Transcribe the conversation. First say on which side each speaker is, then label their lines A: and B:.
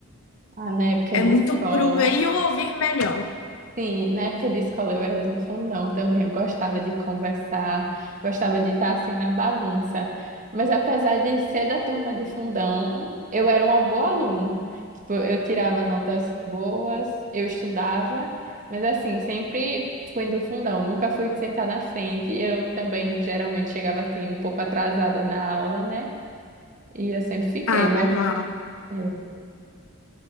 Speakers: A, on the right; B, on the left.
A: Ah, na época
B: É
A: de
B: muito
A: escola.
B: pro ver e o ouvir melhor.
A: Sim, na época de escola eu era do fundão também. Eu gostava de conversar, gostava de estar assim na bagunça. Mas apesar de ser da turma de fundão, eu era uma boa aluna. Tipo, eu tirava notas boas, eu estudava, mas assim, sempre fui do fundão, nunca fui de sentar na frente. Eu também geralmente chegava assim um pouco atrasada na aula, né? E eu sempre fiquei,
B: Ah,
A: mas
B: normal.
A: é.